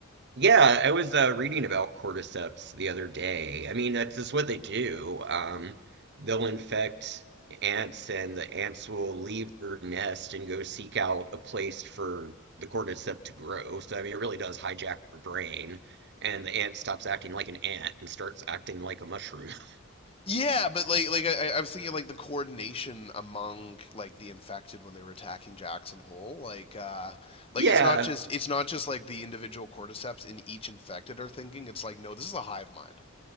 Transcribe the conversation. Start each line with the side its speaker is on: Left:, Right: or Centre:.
Right: Yeah, I was uh, reading about cordyceps the other day. I mean, that's just what they do. Um, they'll infect ants, and the ants will leave their nest and go seek out a place for the cordyceps to grow. So, I mean, it really does hijack their brain, and the ant stops acting like an ant and starts acting like a mushroom. <laughs>
Left: Yeah, but like like I, I was thinking like the coordination among like the infected when they were attacking Jackson Hole, like uh like
Right: Yeah,
Left: it's not just it's not just like the individual cordyceps in each infected are thinking. It's like no, this is a hive mind.